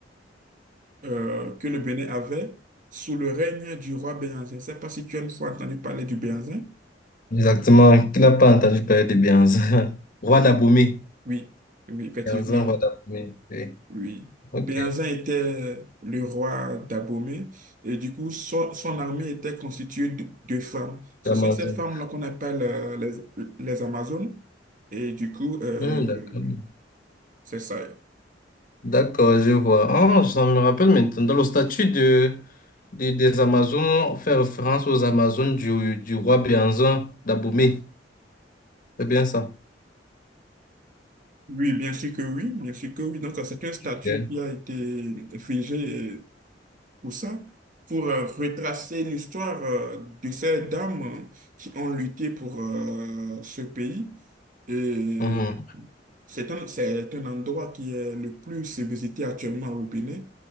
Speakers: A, on the right (about 45°); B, on the left (about 50°).
A: euh, que le Bénin avait sous le règne du roi Béhanzin. Je ne sais pas si tu as une fois entendu parler du Béhanzin.
B: Exactement. Qui n'a pas entendu parler de Béhanzin? <laughs> Roi d'Abomey.
A: Oui, oui, effectivement.
B: Béhanzin, roi d'Abomey. Oui.
A: Oui,
B: Ok.
A: Béhanzin était le roi d'Abomey et du coup, son, son armée était constituée de, de femmes. Ce
B: D'Amazon.
A: sont ces femmes-là qu'on appelle euh, les, les Amazones et du coup, euh,
B: Hmm, d'accord.
A: c'est ça.
B: D'accord, je vois. Ah, ça me rappelle maintenant. Dans le statut de, de- des Amazones, on fait référence aux Amazones du, du roi Béhanzin d'Abomey. C'est bien ça?
A: Oui, bien sûr que oui, bien sûr que oui. Donc, euh, c'est un statut
B: Ok.
A: qui a été figé euh, pour ça, pour euh, retracer l'histoire euh, de ces dames euh, qui ont lutté pour euh, ce pays. Et
B: Mhm.
A: C'est un, c'est un endroit qui est le plus visité actuellement au Bénin.